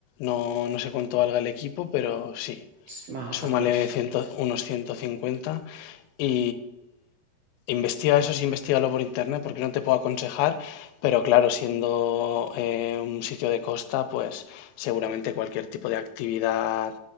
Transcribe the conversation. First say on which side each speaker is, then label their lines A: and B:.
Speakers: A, on the left (about 85°); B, on the right (about 75°).
A: No, no sé cuánto valga el equipo, pero sí.
B: s- más o-
A: Súmale
B: aprox.
A: ciento- unos 150 y investiga eso, sí, investigalo por internet, porque no te puedo aconsejar, pero claro, siendo eh, un sitio de costa, pues seguramente cualquier tipo de actividad,